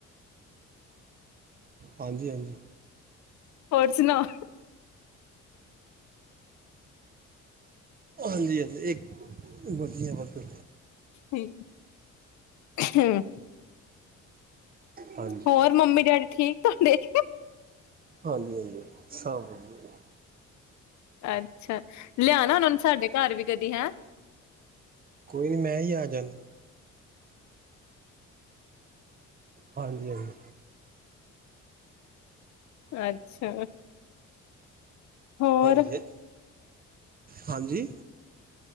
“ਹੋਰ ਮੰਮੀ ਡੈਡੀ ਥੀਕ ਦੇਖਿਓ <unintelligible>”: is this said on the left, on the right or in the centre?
Left